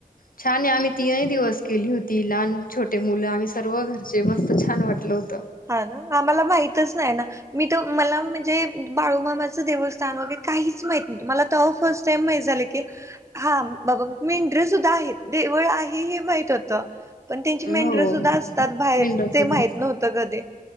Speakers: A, on the left; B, on the right.
A: छान आहे आम्ही तीनही दिवस केली होती लहान छोटे मुल आम्ही सर्व घरचे मस्त छान वाटल होत
B: हा ना आम्हाला माहितच नाही ना मी तर मला म्हणजे बाळूमामाचं देवस्थान मग काहीच माहित नव्हत मला तेव्हा फर्स्ट माहित झाल की हा बाबा मेंढर सुद्धा आहेत देवळ आहेत माहित होत पण त्यांची मेंटर
A: हो
B: सुद्धा असतात बाहेर
A: विंडोज
B: ते माहित
A: जास्त
B: नव्हत अे